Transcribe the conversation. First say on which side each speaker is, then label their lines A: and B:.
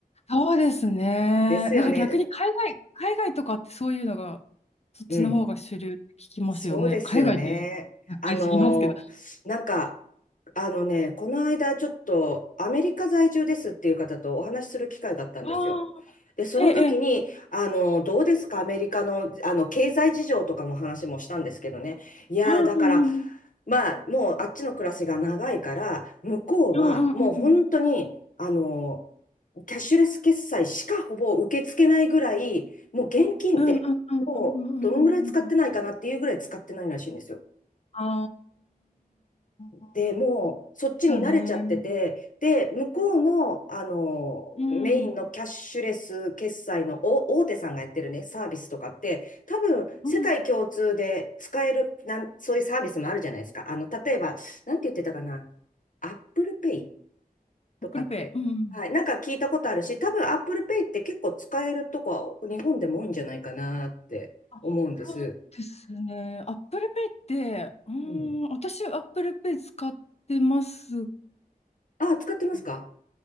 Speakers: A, on the left (about 45°); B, on the left (about 60°).
A: そうですね。
B: ですよね。
A: なんか逆に海外、海外とかってそういうのが、そっちの方が主流って聞きますよね。
B: うん。そうですよね。
A: 海外って、わかりすぎますけど。
B: あの、
A: あ
B: なんか、あのね、この間ちょっとアメリカ在住ですっていう方とお話しする機会があったんですよ。
A: あ、
B: で、その時に、
A: ええ、ええ
B: あの、どうですか、アメリカの、あの、経済事情とかも話もしたんですけどね。いやー、
A: うんうん
B: だから、まあ、もうあっちの暮らしが長いから、向こうはもう本当に、
A: うんうんうんうん。
B: あの、キャッシュレス決済しかほぼ受け付けないぐらい、もう現金って、
A: うんうんうんうんうんうんうんうんうん。
B: もうどのぐらい使ってないかなっていうぐらい使ってないらしいんですよ。
A: ああ。
B: で、もうそっちに慣れちゃってて、
A: だね。
B: で、向こうの、あの、
A: うん。
B: メインのキャッシュレス決済のお大手さんがやってるね、サービスとかって、多分世界共通で使えるなん、
A: うんうんああだねうんうん
B: そういうサービスもあるじゃないですか。あの、例えば、なんて言ってたかな、アップルペイとかって。
A: アップルペイ。うん。
B: はい。なんか聞いたことあるし、多分 Apple Pay って結構使えるとこは日本でも多いんじゃないかなって思うんです。
A: あ、そうですね。アップルペイって、うー
B: うん。
A: ん、私アップルペイ使ってます
B: あ、使ってますか
A: けど。